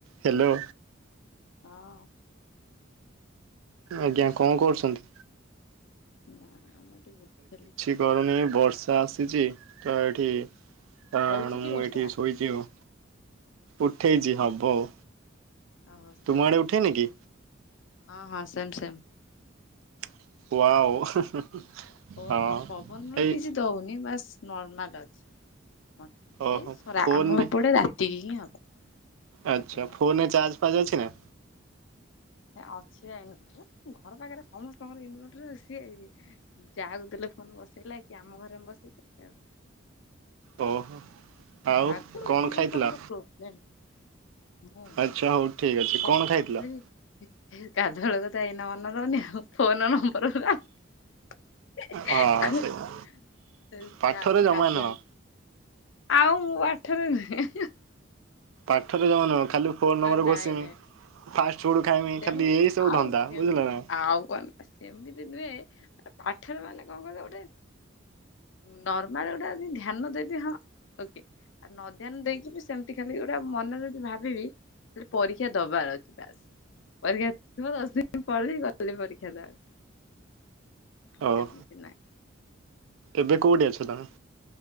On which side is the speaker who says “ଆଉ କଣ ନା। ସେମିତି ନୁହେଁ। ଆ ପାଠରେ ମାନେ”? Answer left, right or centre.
Left